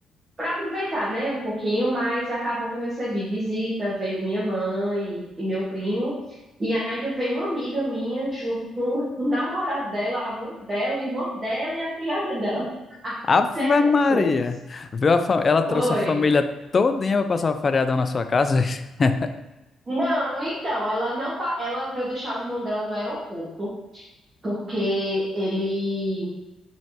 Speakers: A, on the right (about 30°); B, on the left (about 35°).
A: pra aproveitar, né, um pouquinho, mas acabou que eu recebi visita, veio minha mãe e meu primo, e ainda veio uma amiga minha junto com o <laughs> namorado dela, a mãe dela, o irmão dela e a criada dela.
B: Ave
A: Sete
B: Maria!
A: pessoas.
B: Viu a fa- Ela trouxe
A: Oi.
B: a família todinha para passar o feriadão na sua casa? <laughs>
A: Não, então, ela não, pa- ela veio deixar o irmão dela no aeroporto, porque ele